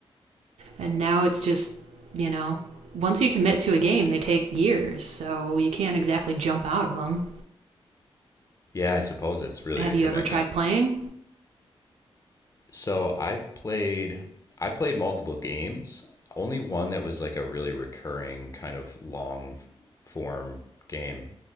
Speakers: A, on the right; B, on the left.
A: And now it's just, you know, once you commit to a game, they take years. So you can't exactly jump out of them.
B: Yeah, I suppose it's really
A: Have
B: a commitment.
A: you ever tried playing?
B: So I've played I've played multiple games. Only one that was like a really recurring kind of long form game,